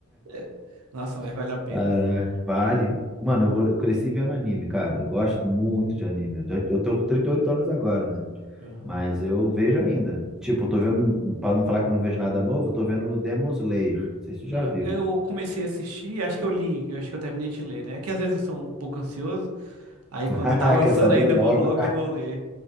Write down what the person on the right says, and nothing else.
É, Nossa, mas vale
a pena.
Aham.
Não,
Eu comecei a assistir, acho que eu li, eu acho que eu terminei de ler, né? É que às vezes eu sou um pouco ansioso, aí
quando tá lançando
ainda
eu vou logo e vou ler.